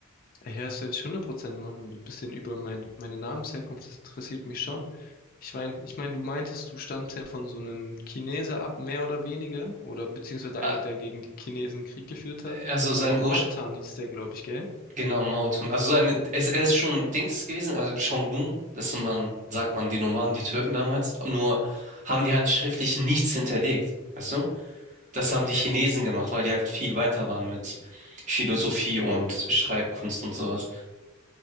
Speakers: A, on the left; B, on the right.
A: Ja, das werde ich hundert Prozent machen. So ein bisschen über mein, meine Namensherkunft, das interessiert mich schon. Ich mein, ich meine, du meintest, du stammst ja von so einem Chineser ab, mehr oder weniger, oder beziehungsweise
B: Ah,
A: einer, der gegen die Chinesen Krieg geführt hat.
B: Also sein
A: Von
B: Ursprung.
A: Mao Tan hieß der, glaube ich, gell?
B: Genau, Mautun. Also seine, es, er ist schon Dings gewesen, also Xiongnu, das sind man, sagt man, die Nomaden, die Türken damals. Nur haben die halt schriftlich nichts hinterlegt. Weißt du? Das haben die Chinesen gemacht, weil die halt viel weiter waren mit Philosophie und Schreibkunst und sowas.